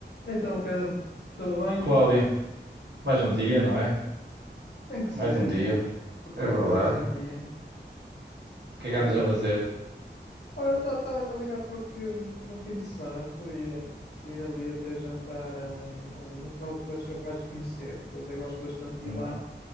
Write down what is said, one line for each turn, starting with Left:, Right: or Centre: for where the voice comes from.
Left: Então, Pedro, tudo bem?
Right: Cláudio, mais um dia, não é?
Left: Tem que ser,
Right: Mais um dia,
Left: para pôr
Right: é verdade.
Left: a conversa em
Right: O
Left: dia.
Right: que
Left: Olha,
Right: é que andas a fazer?
Left: olha, estava a ligar porque hum, no fim de semana fui, eh, fui ali até jantar a um, a um local que tu és capaz de conhecer, que eu até gosto bastante de
Right: Hum.
Left: ir lá,